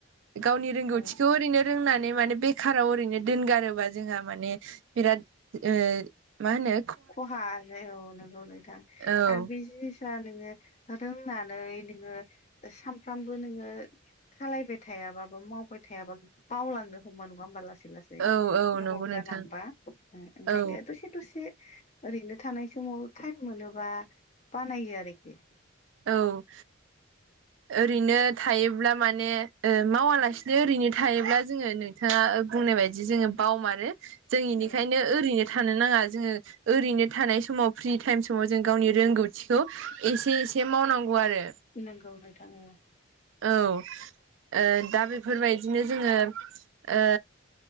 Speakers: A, on the right (about 65°); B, on the left (about 35°).
A: गावनि रोंगौथिखौ
B: औ
A: ओरैनो रोंनानै माने बेखाराव ओरैनो दोनगारोबा जोंहा माने बिराद ओ मा होनो
B: खहा जायो औ नंगौ नोंथां
A: औ
B: आरो बे जिनिस <unintelligible> नोङो रोंनानै नोङो सानफ्रामबो नोङो सालायबाय थायाबाबो मावबाय थायाबो बावलांनो हमो नङा होमबा लासै लासै।
A: औ औ
B: गोबाव
A: नंगौ नोंथां
B: जालांबा ओंखायनो
A: औ
B: दसे दसे ओरैनो थानाय समाव टाइम मोनोबा बानायो आरोखि।
A: औ।
B: <inaudible>
A: ओरैनो थायोब्ला माने ओ मावालासिनो ओरैनो थायोब्ला जोङो नों नोंथाङा बुंनाय बायदि जोङो बावमारो जों इनिखायनो
B: औ
A: ओरैनो थानो नाङा जोङो ओरैनो थानाय समाव फ्रि टाइम समाव जों गावनि रोंगौथिखौ एसे ए से मावनांगौ आरो।
B: नोंगौ नोंथां औ।
A: औ ओ दा बेफोर बायदिनो जोङो ओ